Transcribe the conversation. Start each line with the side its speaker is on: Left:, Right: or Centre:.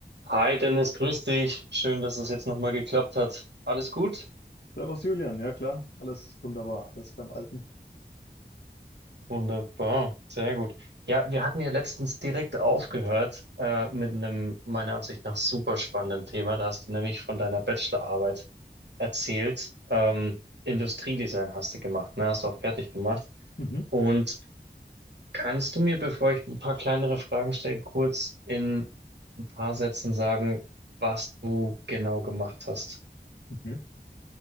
Right: Hi Dennis, grüß dich. Schön, dass es jetzt nochmal geklappt hat. Alles gut?
Left: Servus Julian, ja klar, alles wunderbar, alles beim Alten.
Right: Wunderbar, sehr gut. Ja, wir hatten ja letztens direkt aufgehört äh, mit einem meiner Ansicht nach super spannenden Thema. Da hast du nämlich von deiner Bachelorarbeit erzählt. Ähm, Industriedesign hast du gemacht, ne? Hast du auch fertig gemacht.
Left: Mhm,
Right: Und kannst du mir, bevor ich ein paar kleinere Fragen stelle, kurz in ein paar Sätzen sagen, was du genau gemacht hast?
Left: mhm,